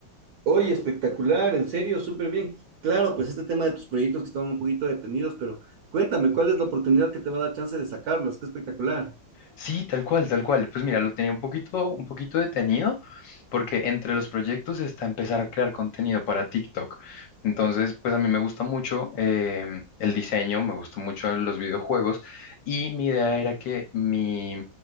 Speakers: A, on the right; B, on the left.
A: Oye, espectacular, en serio, súper bien. Claro, pues este tema de tus proyectos que estaban un poquito detenidos, pero cuéntame, ¿cuál es la oportunidad que te va a dar chance de sacarlos? Qué espectacular.
B: Sí, tal cual, tal cual. Pues mira, lo tenía un poquito, un poquito detenido porque entre los proyectos está empezar a crear contenido para TikTok. Entonces, pues a mí me gusta mucho em, el diseño, me gusta mucho los videojuegos y mi idea era que mi,